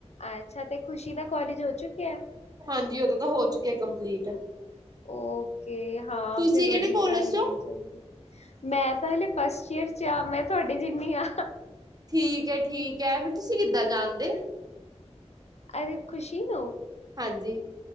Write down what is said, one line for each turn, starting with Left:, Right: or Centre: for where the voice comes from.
Left: ਅੱਛਾ ਤੇ ਖ਼ੁਸ਼ੀ ਦਾ ਕਾਲੇਜ ਹੋ ਚੁੱਕਿਆ?
Right: ਹਾਂਜੀ, ਉਹਦੇ ਤਾਂ ਹੋ ਚੁੱਕਿਆ ਕੰਪਲੀਟ।
Left: ਓਕੇ, ਹਾਂ,
Right: ਤੁਸੀਂ
Left: ਫਿਰ
Right: ਕਿਹੜੇ
Left: ਉਹਦੀ
Right: ਕੋਲਜ
Left: ਤਾਂ ਏਜ
Right: ਚੋਂ?
Left: ਹੈਗੀ, ਮੈਂ ਤਾਂ ਹਲੇ ਫਸਟ ਈਅਰ ਚਾ ਮੈਂ ਤੁਹਾਡੀ ਜਿੰਨੀ ਆ
Right: ਠੀਕ ਹੈ, ਠੀਕ ਹੈ, ਫਿਰ ਤੁਸੀਂ ਕਿੱਦਾਂ ਜਾਣਦੇ?
Left: ਅਰੇ, ਖੁਸ਼ੀ ਨੂੰ?
Right: ਹਾਂਜੀ।